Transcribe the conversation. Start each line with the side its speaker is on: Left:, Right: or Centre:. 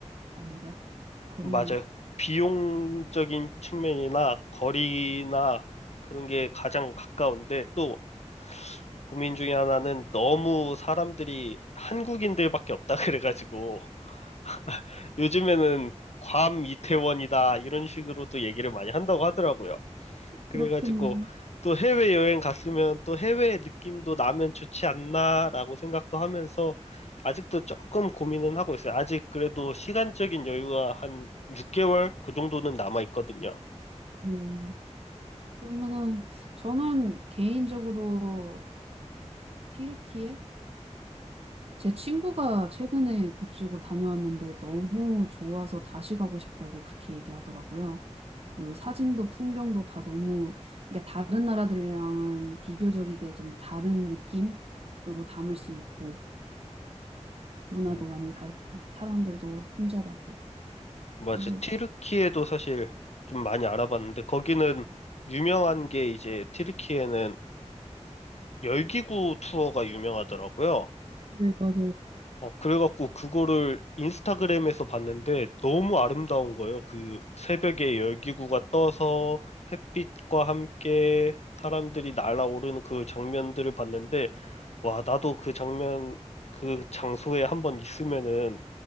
Right: 아닌가요? 거리는
Left: 맞아요. 비용적인 측면이나 거리나 그런 게 가장 가까운데 또 고민 중에 하나는 너무 사람들이 한국인들밖에 없다 그래가지고 <laughs> 요즘에는 괌 이태원이다 이런 식으로도 얘기를 많이 한다고 하더라고요. 그래가지고
Right: 그렇군요.
Left: 또 해외여행 갔으면 또 해외 느낌도 나면 좋지 않나라고 생각도 하면서 아직도 조금 고민은 하고 있어요. 아직 그래도 시간적인 여유가 한 6개월 그 정도는 남아 있거든요.
Right: 음. 그러면은 저는 개인적으로 튀르키예? 제 친구가 최근에 그쪽으로 다녀왔는데 너무 좋아서 다시 가고 싶다고 그렇게 얘기하더라고요. 그 사진도 풍경도 다 너무, 그러니까 다른 나라들이랑은 비교적이게 좀 다른 느낌으로 담을 수 있고, 문화도
Left: 음,
Right: 많이 다르고, 사람들도 친절하고.
Left: 맞아.
Right: 그래서,
Left: 튀르키예도 사실 좀 많이 알아봤는데 거기는 유명한 게 이제 튀르키예는 열기구 투어가 유명하더라고요.
Right: 네, 맞아요.
Left: 어, 그래갖고 그거를 인스타그램에서 봤는데 너무 아름다운 거예요. 그 새벽에 열기구가 떠서 햇빛과 함께 사람들이 날아오르는 그 장면들을 봤는데, 와, 나도 그 장면, 그 장소에 한번 있으면은,